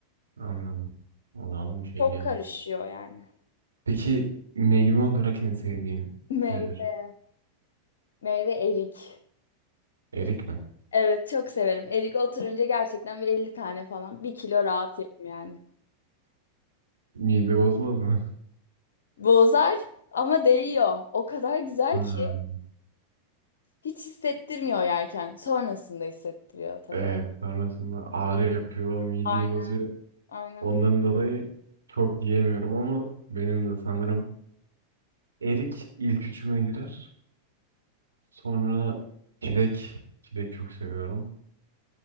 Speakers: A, on the right; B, on the left.
A: Anladım. O zaman bir şey
B: Çok
A: diyemem.
B: karışıyor yani.
A: Peki meyve olarak en sevdiğin
B: <laughs> Meyve.
A: nedir?
B: Meyve erik.
A: Erik mi?
B: Evet çok severim. Erik oturunca gerçekten bir 50 tane falan. Bir kilo rahat yerim yani.
A: Mide bozmaz mı?
B: Bozar ama değiyor. O kadar güzel
A: <laughs> Hmm.
B: ki. Hiç hissettirmiyor yerken. Sonrasında hissettiriyor tabii.
A: Evet, sonrasında ağrı yapıyor, mideyi
B: Aynen.
A: bozuyor.
B: Aynen.
A: Ondan dolayı çok yiyemiyorum ama benim de sanırım erik ilk üçüme girer. Sonra çilek, çilek çok seviyorum.